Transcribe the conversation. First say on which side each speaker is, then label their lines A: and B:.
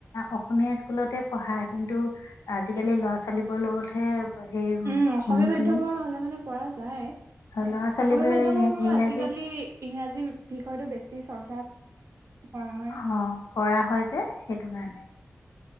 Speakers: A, on the left; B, on the right.
A: অসমীয়া স্কুলতে পঢ়া কিন্তু আজিকালি ল'ৰা ছোৱালীবোৰৰ লগতহে এই
B: উম, অসমীয়া
A: শুনি
B: মাধ্যমৰ
A: শুনি
B: হ'লে মানে পৰা যায়।
A: ল'ৰা ছোৱালীবোৰে
B: অসমীয়া মাধ্যমৰ বোৰো
A: ইংৰাজী
B: আজিকালি ইংৰাজী বিষয়টো বেছি চৰ্চাত কৰা হয়
A: অ', কৰা হয়, যে, সেইটো কাৰণে।